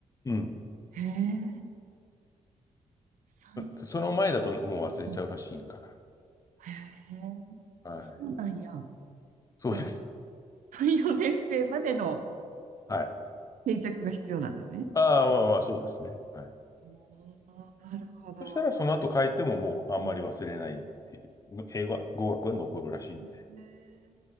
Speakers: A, on the left (about 25°); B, on the right (about 75°).
A: うん。
B: へえ。三、
A: その前だともう忘れちゃうらしいから。
B: うんへえ。
A: はい。
B: そうなんや。
A: そうです。
B: じゃあ、3、4年生までの
A: はい。
B: 定着が必要なんですね。
A: ああ、まあまあ、そうですね。はい。
B: おーなるほど。
A: そしたらその後帰ってももうあんまり忘れないっていう、
B: うん
A: 英語は、語学は残るらしいんで。
B: へえ